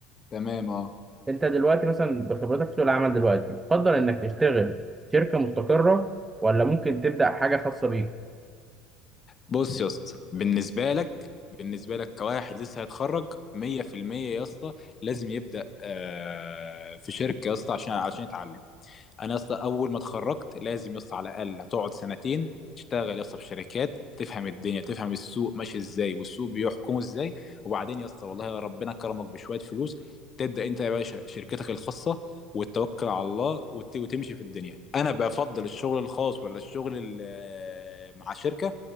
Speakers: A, on the left; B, on the right.
A: تمام اه
B: انت دلوقتي مثلا بخبرتك في سوق العمل دلوقتي تفضل انك تشتغل شركه مستقره ولا ممكن تبدا حاجه خاصه بيك
A: بص يا اسطى بالنسبه لك بالنسبه لك كواحد لسه هيتخرج 100% يا اسطى لازم يبدا آه، في شركه يا اسطى عشان عشان يتعلم انا اصلا اول ما اتخرجت لازم يصل على الاقل هتقعد سنتين تشتغل يا اسطى في شركات تفهم الدنيا تفهم السوق ماشي ازاي والسوق بيحكمه ازاي وبعدين يا اسطى والله ربنا كرمك بشويه فلوس تبدا انت يا باشا شركتك الخاصه وتتوكل على الله وت- وتمشي في الدنيا انا بفضل الشغل الخاص ولا الشغل ال- مع شركه